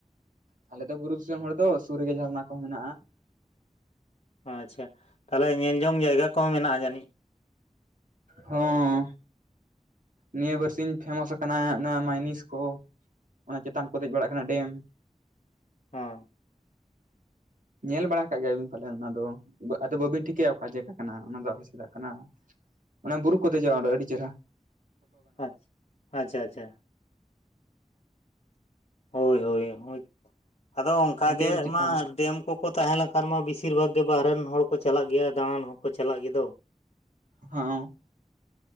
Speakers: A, on the right; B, on the left.
A: ᱟᱞᱮ ᱫᱚ ᱵᱩᱨᱩ ᱫᱤᱥᱚᱢ ᱦᱚᱲ ᱫᱚ ᱥᱩᱨ ᱨᱮᱜᱮ ᱡᱷᱟᱨᱱᱟ ᱠᱚ ᱢᱮᱱᱟᱜᱼᱟ᱾
B: ᱟᱪᱪᱷᱟ ᱛᱟᱦᱚᱞᱮ ᱧᱮᱞ ᱡᱚᱝ ᱡᱟᱭᱜᱟ ᱠᱚᱦᱚᱸ ᱢᱮᱱᱟᱜᱼᱟ ᱡᱟᱹᱱᱤᱡ?
A: ᱦᱚᱸ ᱱᱤᱭᱟᱹ ᱵᱟᱨᱥᱤᱧ ᱯᱷᱮᱢᱟᱥ ᱠᱟᱱᱟ ᱱᱚᱣᱟ ᱢᱟᱭᱱᱤᱥ ᱠᱚ᱾ ᱚᱱᱟ ᱪᱮᱛᱟᱱ ᱠᱚ ᱫᱮᱡ ᱵᱟᱲᱟᱜ ᱠᱟᱱᱟ ᱰᱮᱢ᱾
B: ᱚ
A: ᱧᱮᱞ ᱵᱟᱲᱟ ᱠᱟᱜ ᱜᱮᱭᱟ ᱵᱤᱱ ᱯᱟᱞᱮ ᱚᱱᱟ ᱫᱚ ᱟᱫᱚ ᱵᱟᱹᱵᱤᱱ ᱴᱷᱤᱠᱟᱹᱭᱟ ᱚᱠᱟ ᱡᱟᱭᱜᱟ ᱠᱟᱱᱟ ᱚᱱᱟ ᱫᱚ ᱟᱞᱮ ᱥᱮᱫᱟᱜ ᱠᱟᱱᱟ᱾ ᱚᱱᱟ ᱵᱩᱨᱩ ᱠᱚ ᱫᱮᱡᱚᱜᱼᱟ ᱚᱸᱰᱮ ᱟᱹᱰᱤ ᱪᱮᱦᱨᱟ᱾
B: ᱟᱪ ᱟᱪᱪᱷᱟ ᱟᱪᱪᱷᱟ᱾ ᱦᱳᱭ ᱦᱳᱭ ᱦᱳᱭ ᱟᱫᱚ ᱚᱱᱠᱟ ᱜᱮ
A: ᱰᱮᱢ ᱪᱮᱛᱟᱱ
B: ᱢᱟ ᱰᱮᱢ ᱠᱚ ᱠᱚ ᱛᱟᱦᱮᱸ ᱞᱮᱱᱠᱷᱟᱱ ᱢᱟ ᱵᱤᱥᱤᱨ ᱵᱷᱟᱜᱽ ᱜᱮ ᱵᱟᱦᱨᱮᱱ ᱦᱚᱲ ᱠᱚ ᱪᱟᱞᱟᱜ ᱜᱮᱭᱟ ᱫᱟᱬᱟᱱ ᱦᱚᱸᱠᱚ ᱪᱟᱞᱟᱜ ᱜᱮ ᱫᱚ᱾
A: ᱦᱚᱸ